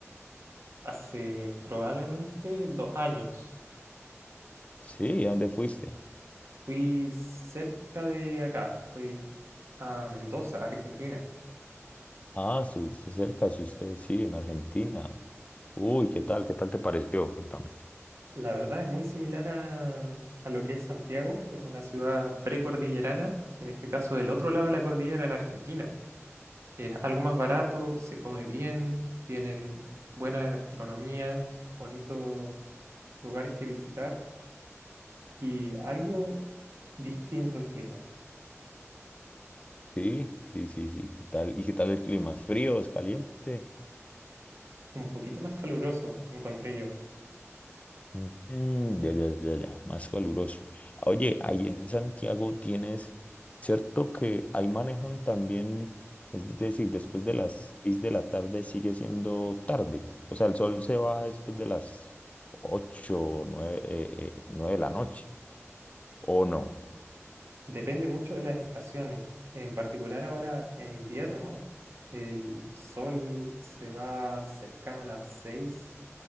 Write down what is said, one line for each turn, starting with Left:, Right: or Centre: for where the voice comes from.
Right: Hace probablemente dos años
Left: Sí, ¿a dónde fuiste?
Right: fui cerca de acá, fui a Mendoza, Argentina.
Left: Ah, estuviste cerca, estuviste, sí, en Argentina. Uy, ¿qué tal? ¿Qué tal te pareció? Cuéntame.
Right: La verdad es muy similar a, a lo que es Santiago, es una ciudad precordillerana, en este caso del otro lado de la cordillera en Argentina. Es algo más barato, se come bien, tienen buena gastronomía, bonitos lugares que visitar y algo distinto el clima,
Left: Sí, sí, sí, sí, ¿qué tal? ¿Y qué tal el clima? ¿Es frío? ¿Es caliente?
Right: un poquito más caluroso, encontré yo.
Left: Mm, ya, ya, ya, ya, más caluroso. Oye, ahí en Santiago tienes, ¿cierto que ahí manejan también, es decir, después de las 6 de la tarde sigue siendo tarde? O sea, el sol se va después de las 8, 9, 9 de la noche, ¿o no?
Right: Depende mucho de las estaciones, en particular ahora en invierno, el sol se va cercano a las 6